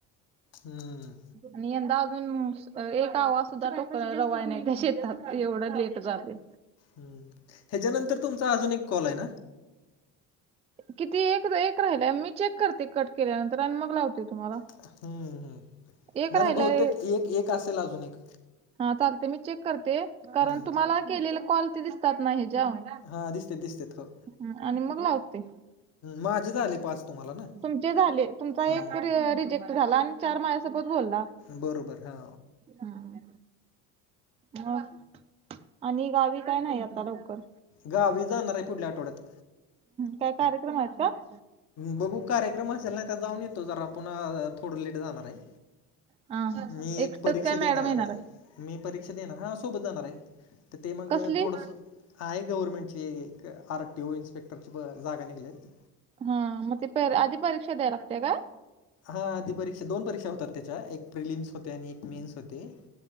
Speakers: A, on the left; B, on the right.
A: हम्म
B: आणि यंदा अजून एक आवा सुद्धा रवाय नाही. शेतात एवढं लेट झाले.
A: हम्म ह्याच्यानंतर तुमचा अजून एक कॉल आहे ना.
B: किती एक एक राहिलाय मी चेक करते. कट केल्यानंतर आणि मग लावते तुम्हाला.
A: हम्म हम्म
B: एक
A: नाही
B: राहिलाय
A: नाही बहुतेक एक एक असेल अजून एक
B: हा चालते मी चेक करते कारण
A: हम्म.
B: तुम्हाला केलेले कॉल ते दिसतात ना हच्यावर.
A: हा दिसतेत दिसतेत ह
B: ह आणि मग लावते.
A: माझे झाले पाच तुम्हाला ना
B: तुमचे झाले तुमचा
A: हा
B: एक रिजेक्ट झाला आणि चार माझ्यासोबत बोलला
A: बरोबर हा.
B: हमं मग आणि गावी काय नाही आता लवकर.
A: गावी जाणार आहे पुढल्या आठवड्यात.
B: काय कार्यक्रम आहेत काय?
A: बघू कार्यक्रम असेल नाही तर जाऊन येतो, जरा पुन्हा थोडं लेट जाणार आहे.
B: हा हा.
A: मी
B: एकटंच
A: एक परीक्षा
B: काय मॅडम
A: देणार
B: येणार
A: आहे. मी परीक्षा देणार हा सोबत जाणार आहे. तर ते मग
B: कसली
A: थोडसं आहे गव्हर्नमेंटची एक आर टी ओ इन्स्पेक्टरची ब जागा निघलेत
B: हा म ते प आधी परीक्षा द्यायला लागते काय?
A: हा आधी परीक्षा दोन परीक्षा होतात त्याच्या एक प्रिलिम्स होते आणि एक मेन्स होते.